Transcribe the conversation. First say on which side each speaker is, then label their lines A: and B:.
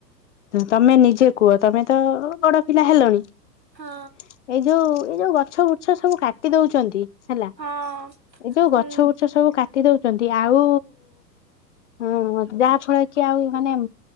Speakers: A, on the left; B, on the right.
A: ତମେ ନିଜେ କୁହ? ତମେ ତ ବଡ ପିଲା ହେଲଣି- ଏ
B: ହଁ
A: ଯୋଉ ଏଇ ଯୋଉ ଗଛ ବୁଛ ସବୁ କାଟି ଦଉଛନ୍ତି, ହେଲା
B: ହଁ।
A: ଏଇ ଯୋଉ
B: ହୁଁ।
A: ଗଛ ବୁଛ ସବୁ କାଟି ଦଉଛନ୍ତି ଆଉ ହଁ ଯାହା ଫଳରେ କି ଆଉ ମାନେ